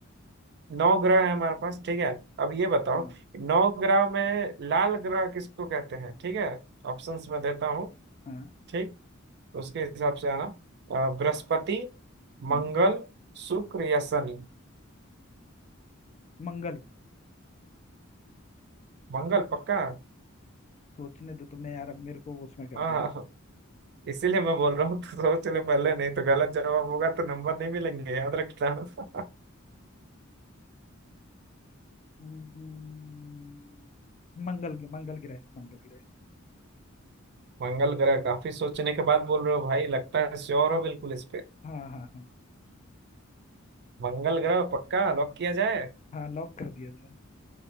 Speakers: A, on the right; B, on the left.
A: नौ ग्रह है हमारे पास ठीक है अब ये बताओ
B: हाँ
A: कि नौ ग्रह में लाल ग्रह किसको कहते हैं ठीक है ऑप्शंस मैं देता हूँ
B: हाँ
A: ठीक उसके हिसाब से आना अ, बृहस्पति
B: हम्म,
A: मंगल शुक्र या शनि
B: मंगल
A: मंगल पक्का
B: सोचने दो तुमने यार अब मेरे को उसमें कर
A: हाँ
B: दिया
A: हाँ हाँ। इसीलिए मैं बोल रहा हूँ तो सोच ले पहले नहीं तो गलत जवाब होगा तो नंबर नहीं मिलेंगे याद रखना <laughs>
B: हम्म, मंगल मंगल ग्रह मंगल ग्रह
A: मंगल ग्रह काफी सोचने के बाद बोल रहे हो भाई लगता है श्योर हो बिल्कुल इस पे
B: हाँ हाँ हाँ
A: मंगल ग्रह पक्का लॉक किया जाए
B: हाँ लॉक कर दिया जाए